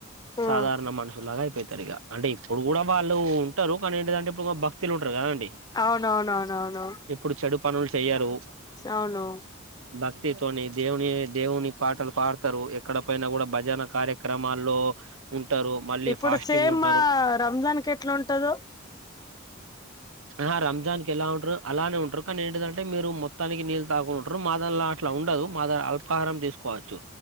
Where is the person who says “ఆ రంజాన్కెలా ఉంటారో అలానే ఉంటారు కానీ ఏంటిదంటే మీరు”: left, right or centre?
Right